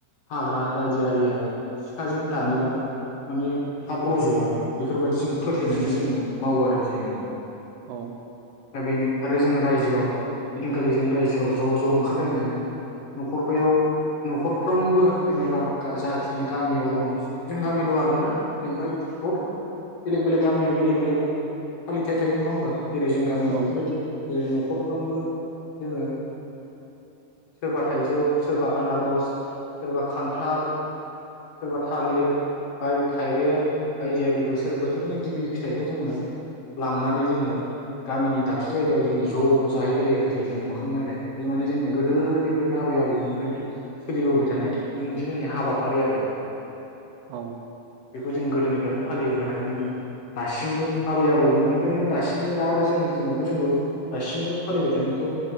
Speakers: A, on the left; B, on the right.
A: हाग्रा बायदि आरिया सिखाजों दानोबा माने थाब रजवा बेफोरबायदि जों फोथायनानै जोंङ मावो आरोखि जोङो
B: औ
A: बेनो आरो जो रायजोआव बिदिनखालि जों रायजोआव ज ज ओंखारलायनानै नखरफोर नखरफ्रोमबो जेनेबा जाखिनि गामियाव दङ जों गामिल आरोना जेनेबा बहुद बेलेग बेलेग गामियाव बेलेग बेलेग फालिथायाइ थायो नङा होमबा जेरै जों गामियाव
B: औ
A: बेफोरबायदि जेरै नखर फ्रोमबो जङो सोरबा थाइजौ सोरबा आनारस सोरबा खान्थाल सोरबा थालिर बाय थाइबें बायदियारि बोोर बोथोरनि गिबि फिथाइखौ जोङो लांनानै जङो गामिनि दाबसे जायायाव ज ज जाहैलायो आरोखि जोङो मोखां नायलाय बे माने जोंनि गोदोनिफ्रायनो आबै आबौमोननिफ्रायनो सोलिबोबाय थानाय बे मोनसे जोंनि हाबाफारि आरो
B: औ
A: बेखौ जों गोदोनि बेफ्रायनो फालिबोबाय थानो मोनदों दासिमबो आबै आबौमोननिफ्रायनो दासिमबो दा आरो जोंनि दिनावबो जोंबो दासिमबो फालिबाय थानायखौ